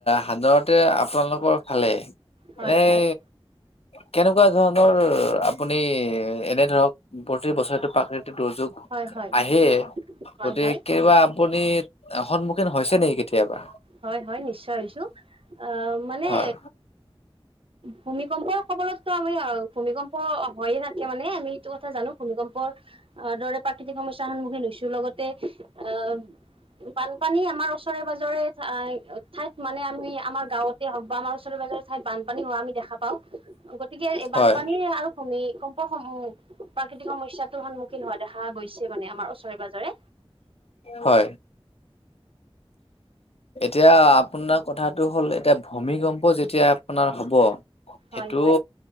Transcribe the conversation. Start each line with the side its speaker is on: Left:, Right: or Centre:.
Left: সাধাৰণতে আপোনালোকৰ ফালে
Right: হয়
Left: এনেই
Right: হয়
Left: কেনেকুৱা ধৰণ দৰ আপুনি এনে ধৰক প্ৰতি বছৰেটো প্ৰাকৃতিক দুৰ্যোগ
Right: হয় হয়
Left: আহে
Right: হয়
Left: গতিক
Right: হয়
Left: কেতিয়াবা আপুনি সন্মুখীন হৈছে নেকি কেতিয়াবা
Right: হয় হয় নিশ্চয় হৈছো আহ মানে
Left: হয়
Right: ভূমিকম্পৰ কবলতো আমি ভূমিকম্প হয়য়ে থাকে মানে আমি এইটো কথা জানো ভূমিকম্প অ দৰে প্ৰাকৃতিক সমস্যাৰ সন্মুখীন হৈছো লগতে তে আহ বানপানী আমাৰ ওচৰে পাজৰে ঠাই মানে আম আমাৰ গাঁৱতে হও বা আমাৰ ওচৰে পাজৰেৰ ঠাই বানী হোৱা আমি দেখা পাও গতিকে এই বানপানী
Left: হয়
Right: আৰু ভূমিকম্প সম প্ৰাকৃতিক সমস্য়াটোৰ সন্মুখীন হোৱা দেখা গৈছে মানে আমাৰ ওচৰে পাজৰে
Left: হয় এতিয়া আপোনাৰ কথাটো হ'ল এতিয়া ভূমিকম্প যেতিয়া আপোনাৰ হ'ব সেইটো
Right: হয় হয়